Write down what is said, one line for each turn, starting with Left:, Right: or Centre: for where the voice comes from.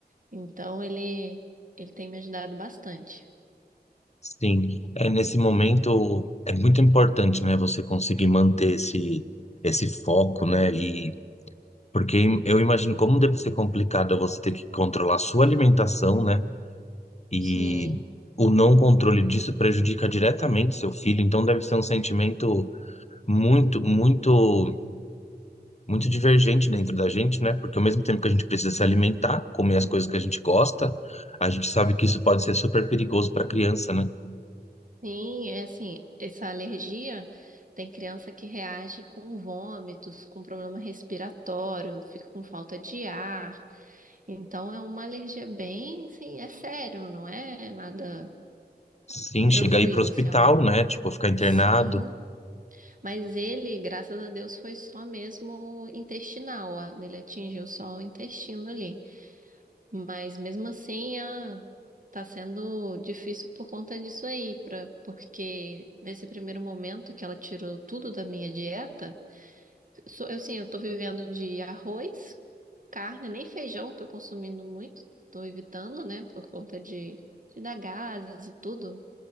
Right: então ele, ele tem me ajudado bastante.
Left: Sim, é nesse momento é muito importante, né, você conseguir manter esse esse foco, né? E porque eu imagino como deve ser complicado é você ter que controlar a sua alimentação, né? E
Right: Sim,
Left: o não controle disso prejudica diretamente seu filho, então deve ser um sentimento muito, muito muito divergente dentro da gente, né? Porque ao mesmo tempo que a gente precisa se alimentar, comer as coisas que a gente gosta, a gente sabe que isso pode ser super perigoso para criança, né?
Right: sim, é assim, essa alergia tem criança que reage com vômitos, com problema respiratório, fica com falta de ar. Então é uma alergia bem, sim, é sério, não é nada.
Left: Sim, chegar
Right: tranquilo,
Left: aí pro hospital,
Right: assim, é uma...
Left: né? Tipo, ficar internado.
Right: Sim, mas ele, graças a Deus, foi só mesmo intestinal, ó. Ele atingiu só o intestino ali. Mas mesmo assim, ah, tá sendo difícil por conta disso aí, pra... porque nesse primeiro momento que ela tirou tudo da minha dieta, so- eu sim, eu tô vivendo de arroz, carne, nem feijão, eu tô consumindo muito, tô evitando, né, por conta de, de dar gases e tudo.